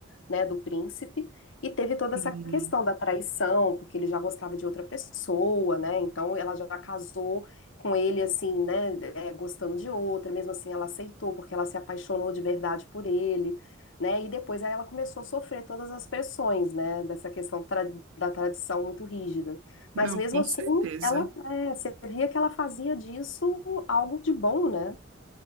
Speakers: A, on the left; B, on the right.
A: né, do príncipe, e teve toda
B: Sim.
A: essa questão da traição, porque ele já gostava de outra pessoa, né? Então ela já casou com ele assim, né, é, gostando de outra, mesmo assim ela aceitou porque ela se apaixonou de verdade por ele, né? E depois aí ela começou a sofrer todas as pressões, né, dessa questão tra- da tradição muito rígida.
B: Não,
A: Mas mesmo
B: com
A: assim,
B: certeza.
A: ela, é, você via que ela fazia disso algo de bom, né?